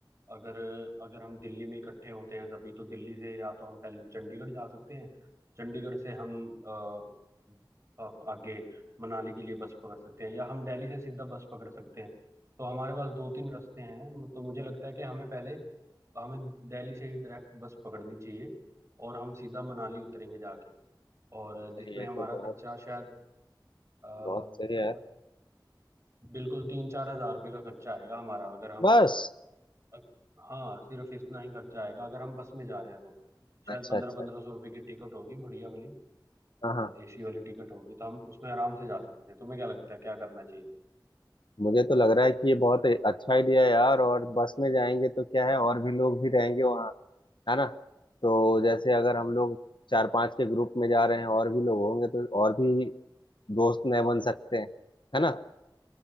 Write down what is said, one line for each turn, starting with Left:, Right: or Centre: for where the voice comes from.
Right: अगर अगर हम दिल्ली में इकट्ठे होते हैं सभी तो दिल्ली से या तो हम पहले चंडीगढ़ जा सकते हैं चंडीगढ़ से हम अ, अप- आगे मनाली के लिए बस पकड़ सकते हैं या हम दिल्ली से सीधा बस पकड़ सकते हैं तो हमारे पास दो तीन रास्ते हैं तो मुझे लगता है कि हमें पहले हमें दिल्ली से ही डायरेक्ट बस पकड़नी चाहिए और हम सीधा मनाली उतरेंगे जाके और
Left: से?
Right: जिसमें
Left: ये
Right: हमारा
Left: तो बहुत
Right: खर्चा शायद अ,
Left: बहुत सही है यार
Right: बिल्कुल तीन चार हजार रुपये का खर्चा आएगा हमारा अगर हम
Left: बस
Right: अ- हाँ सिर्फ इतना ही खर्चा आएगा अगर हम बस में जा रहे हैं तो शायद
Left: अच्छा
Right: पंद्रह
Left: अच्छा
Right: पंद्रह सौ रुपए की टिकट होगी बढ़िया वाली
Left: हाँ
Right: और
Left: हाँ
Right: एसी वाली टिकट होगी तो हम उसमें आराम से जा सकते हैं तुम्हें क्या लगता है क्या करना चाहिए
Left: मुझे तो लग रहा है कि ये बहुत अच्छा आइडिया है यार और बस में जाएंगे तो क्या है और भी लोग भी रहेंगे वहाँ है ना तो जैसे अगर हम लोग चार पांच के ग्रुप में जा रहे हैं और भी लोग होंगे तो और भी दोस्त नए बन सकते हैं है ना